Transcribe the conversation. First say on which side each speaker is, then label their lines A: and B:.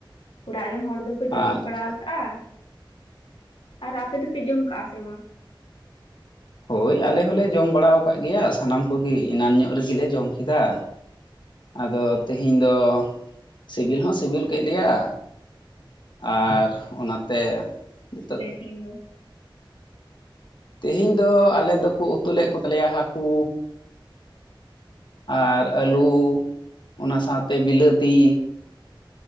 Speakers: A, on the left; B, on the left.
A: ᱚᱲᱟᱜ ᱨᱮᱱ ᱦᱚᱲ ᱫᱚ ᱠᱚ ᱡᱟᱹᱯᱤᱫ
B: ᱟᱪᱪᱷᱟ
A: ᱵᱟᱲᱟ ᱟᱠᱟᱜ-ᱟ᱾ ᱟᱨ ᱟᱯᱮ ᱫᱚ ᱯᱮ ᱡᱚᱢ ᱠᱟᱜ-ᱟ ᱥᱮ ᱵᱟᱝ?
B: ᱦᱳᱭ ᱟᱞᱮ ᱦᱚᱸ ᱞᱮ ᱡᱚᱢ ᱵᱟᱲᱟ ᱟᱠᱜ ᱜᱮᱭᱟ ᱥᱟᱱᱟᱢ ᱠᱚᱜᱮ ᱮᱱᱟᱱ ᱧᱚᱜ ᱨᱮᱜᱮᱞᱮ ᱡᱚᱢ ᱠᱮᱫᱟ᱾ ᱟᱫᱚ ᱛᱮᱦᱤᱧ ᱫᱚ ᱥᱤᱵᱤᱞ ᱦᱚᱸ ᱥᱤᱵᱤᱞ ᱠᱮᱫ ᱞᱮᱭᱟ᱾ ᱟᱨ ᱚᱱᱟ ᱛᱮ ᱱᱤᱛᱳᱜ
A: ᱛᱮᱦᱤᱧ ᱫᱚ?
B: ᱛᱮᱦᱮᱧ ᱫᱚ ᱟᱞᱮ ᱫᱚ ᱠᱩ ᱩᱛᱩ ᱞᱮᱫ ᱠᱩ ᱛᱟᱞᱮᱭᱟ ᱦᱟᱹᱠᱩ᱾ ᱟᱨ ᱟᱹᱞᱩ ᱚᱱᱟ ᱥᱟᱶᱛᱮ ᱵᱤᱞᱟᱹᱛᱤ᱾